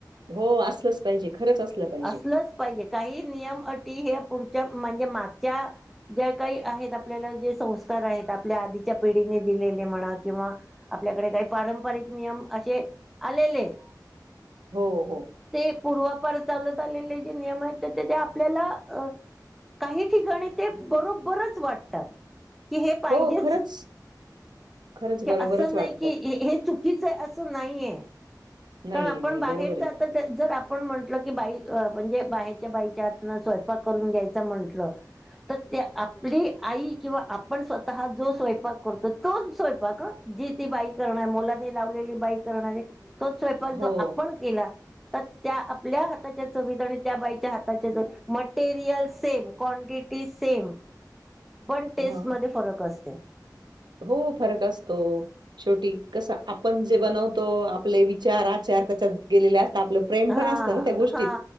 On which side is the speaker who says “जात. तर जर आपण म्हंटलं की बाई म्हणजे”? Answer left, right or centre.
Centre